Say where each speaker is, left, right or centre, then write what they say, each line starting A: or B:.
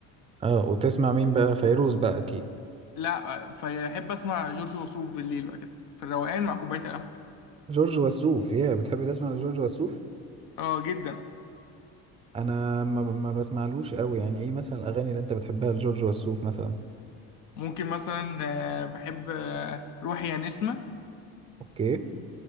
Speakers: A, on the right; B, on the left.
A: آه، وتسمع مين بقى فيروز بقى اكيد
B: لا آه، فاحب اسمع جورج وسوف بالليل بقى كده في الروقان مع كوبايه القهوه
A: جورج وسوف يا بتحب تسمع لجورج وسوف
B: اه جدا
A: انا ما ما بسمعلوش قوي يعني ايه مثلا الاغاني اللي انت بتحبها لجورج وسوف مثلا
B: ممكن مثلا آه، بحب آه، روحي يا نسمه
A: اوكي